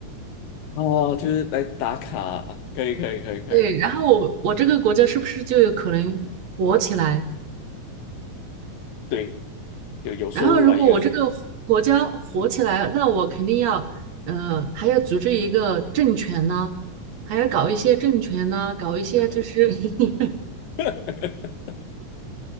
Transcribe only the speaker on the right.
对。然后我我这个国家是不是就有可能火起来？
然后，如果我这个火国家火起来，那我肯定要，呃，还要组织一个政权呢，还要搞一些政权呢，搞一些就是，<laughs>